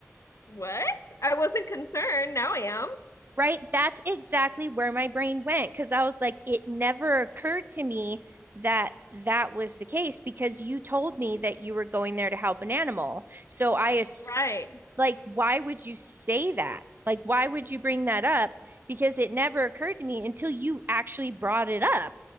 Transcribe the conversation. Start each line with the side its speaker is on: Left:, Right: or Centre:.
Left: what? I wasn't concerned, now I am.
Right: right? That's exactly where my brain went because I was like, it never occurred to me that that was the case because you told me that you were going there to help an animal. So I ass-
Left: Right,
Right: like, why would you say that? Like, why would you bring that up? Because it never occurred to me until you actually brought it up.